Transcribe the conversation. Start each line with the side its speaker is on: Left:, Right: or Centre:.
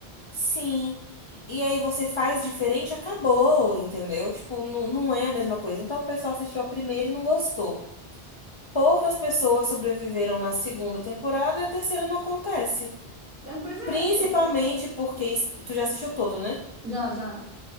Left: Sim. E aí você faz diferente, acabou, entendeu? Tipo, não, não é a mesma coisa. Então o pessoal assistiu a primeira e não gostou. Poucas pessoas sobreviveram na segunda temporada e a terceira não acontece.
Right: Ah, Pois é,
Left: Principalmente
Right: porque.
Left: porque. es- Tu já assistiu todo, né?
Right: Já, já.